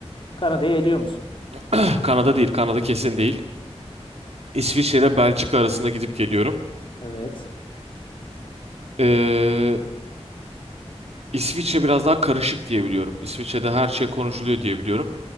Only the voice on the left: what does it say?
Kanada'yı eliyor musun?
Evet.